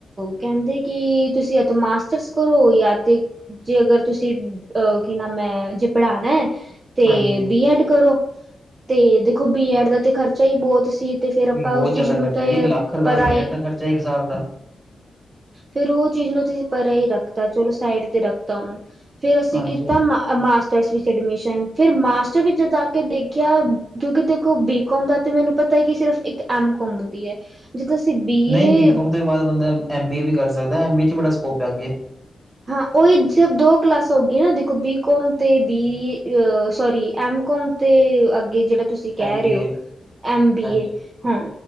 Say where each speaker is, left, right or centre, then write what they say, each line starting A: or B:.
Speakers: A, on the right; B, on the right.
A: ਕਹਿੰਦੇ ਕਿ ਤੁਸੀਂ ਤਾਂ ਮਾਸਟਰਸ ਕਰੋ ਜਾਂ ਤੇ, ਜੇ ਅਗਰ ਤੁਸੀਂ ਅ ਕੀ ਨਾਮ ਹੈ ਜੇ ਪੜ੍ਹਾਉਣਾ ਐ ਤੇ
B: ਹਾਂਜੀ
A: ਬੀ ਐਡ ਕਰੋ ਤੇ ਦੇਖੋ ਬੀ ਐਡ ਦਾ ਤੇ ਖ਼ਰਚਾ ਹੀ ਬਹੁਤ ਸੀ। ਤੇ ਫੇਰ ਆਪਾਂ
B: ਬਹੁਤ
A: ਉਸ ਚੀਜ਼
B: ਜ਼ਿਆਦਾ
A: ਨੂੰ
B: ਖਰਚਾ
A: ਤਾਂ
B: ਜੀ ਲੱਖ ਰੁਪਏ
A: ਪਰਾਏ
B: ਦਾ ਬਜਟ ਦਾ ਖਰਚਾ ਇੱਕ ਸਾਲ ਦਾ।
A: ਫਿਰ ਉਹ ਚੀਜ਼ ਨੂੰ ਤੁਸੀ ਪਰਾ ਹੀ ਰੱਖਤਾ ਚਲੋ ਸਾਈਡ ਤੇ ਰੱਖਤਾ ਉਹਨੂੰ ਫਿਰ ਅਸੀਂ
B: ਹਾਂਜੀ।
A: ਕੀਤਾ ਮਾਸਟਰ ਵਿਚ ਐਡਮਿਸ਼ਨ ਫਿਰ ਮਾਸਟਰ ਵਿੱਚ ਜਾ ਕੇ ਦੇਖਿਆ ਜੋਕਿ ਦੇਖੋ ਬੀਕੋਮ ਦਾ ਤੇ ਮੈਨੂੰ ਪਤਾ ਹੈ ਕਿ ਸਿਰਫ ਇੱਕ ਐਮ ਕਾੱਮ ਹੁੰਦੀ ਹੈ। ਜਦੋਂ ਅਸੀਂ ਬੀਏ
B: ਨਹੀਂ ਬੀਕੌਮ ਤੋਂ ਬਾਅਦ ਬੰਦਾ ਐਮ ਬੀ ਏ ਵੀ ਕਰ ਸਕਦਾ ਏ, ਐਮ ਬੀ ਏ ਚ ਵੀ ਬੜਾ ਸਕੋਪ ਹੈ ਅੱਗੇ।
A: ਹਾਂ ਉਹੀ ਜੋ ਦੋ ਕਲਾਸ ਹੋ ਗਈ ਨਾ, ਦੇਖੋ ਬੀਕੌਮ ਤੇ ਬੀ ਅ ਸੋਰੀ ਐਮ ਕੌਮ ਤੇ ਅੱਗੇ ਜਿਹੜਾ ਤੁਸੀਂ ਕਹਿ
B: ਐਮ ਬੀ
A: ਰਹੇ ਹੋ
B: ਏ
A: ਐਮ ਬੀ
B: ਹਾਂਜੀ,
A: ਏ, ਹਾਂ।